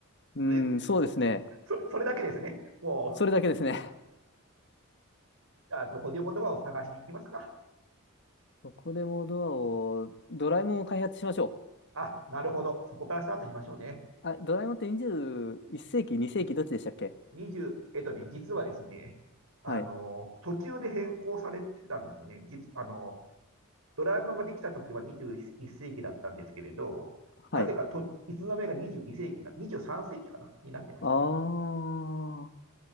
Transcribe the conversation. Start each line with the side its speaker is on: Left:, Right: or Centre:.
Left: うーん、
Right: それ、
Left: そうですね。
Right: そそれだけですね。もう、
Left: それだけですね。
Right: じゃあ、どこでもドアを探しに行きますか。
Left: <laughs> どこでもドアを、ドラえもんを開発しましょう。
Right: あ、なるほど。そこからスタートしましょうね。
Left: あ、ドラえもんって21世紀、2世紀どっちでしたっけ
Right: 20、えっとね、実はですね、あの、
Left: はい。
Right: 途中で変更されてたんですよね。実、あの、ドラえもんができた時は21世紀だったんですけれど、なぜかと、
Left: はい。
Right: いつの間にか22世紀な、23世紀かなになってましたね。
Left: ああ。